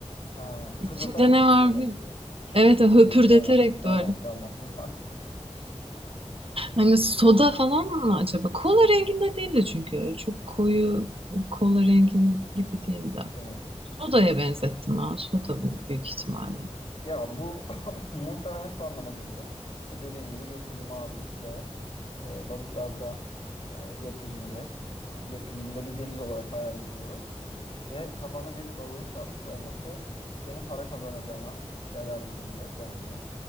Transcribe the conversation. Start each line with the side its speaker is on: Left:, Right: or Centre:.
Left: ha fıkırdatarak
Right: içimde ne
Left: mı çekiyorlardı
Right: var bir?
Left: böyle
Right: Evet evet, höpürdeterek
Left: diye. Ha ha
Right: böyle.
Left: tamam. <laughs>
Right: Hani soda falan mı acaba? Kola renginde değildi çünkü. Çok koyu kola rengin gibi değildi.
Left: Evet.
Right: Soda'ya benzettim ha. Soda büyük ihtimalle.
Left: Ya bu <laughs> muhtemelen şu anlama geliyor. İşte dediğim gibi gökyüzü mavi ve e, balıklarda e, gökyüzünde yani gökyüzünde bir deniz olarak hayal ediyoruz. Ve kafana bir balığın çarpmış olması senin para kazanacağına delalet ediyor bence.